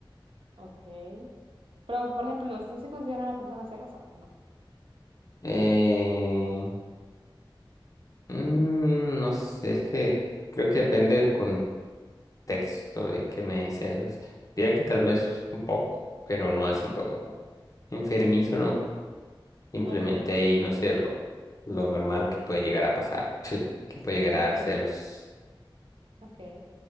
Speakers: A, on the right; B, on the left.
A: Ok, pero por ejemplo, ¿usted se considera una persona celosa? No.
B: Eh, Mm, no sé, es que creo que depende del contexto de que me dé celos. Diría que tal vez un poco, pero no así
A: Okay,
B: como enfermizo, ¿no? Simplemente
A: okay,
B: ahí, no sé, lo, lo normal que puede llegar a pasar, <laughs> que puede llegar
A: okay,
B: a dar celos.
A: okay.